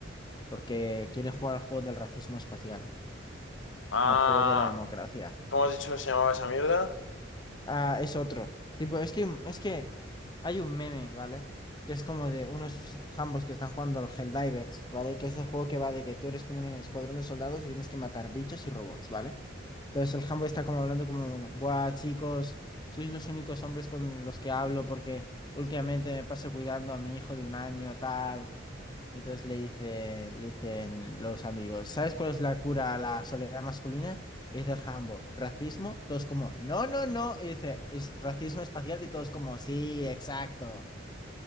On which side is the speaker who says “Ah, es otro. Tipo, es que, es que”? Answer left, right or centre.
Left